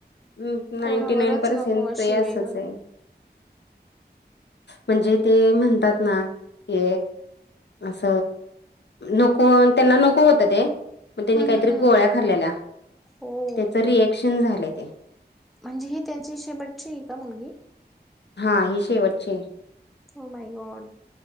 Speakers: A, on the left; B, in the centre.
A: हम्म
B: कोणावरच
A: नाईंटी नाईन परेसेन्टच
B: नको अशी
A: हे
B: वेळ
A: आसच हाय. म्हणजे ते म्हणतात ना, की अस नको, त्यांना नको होतं ते
B: हम्म
A: मग त्यांनी काहीतरी
B: हम्म हम्म
A: गोळ्या खालेल्या,
B: हो.
A: त्याच रिएक्शन झालंय ते.
B: म्हणजे ही त्यांची शेवटची आहे का मुलगी?
A: हा ही शेवटची हाय.
B: Oh my God!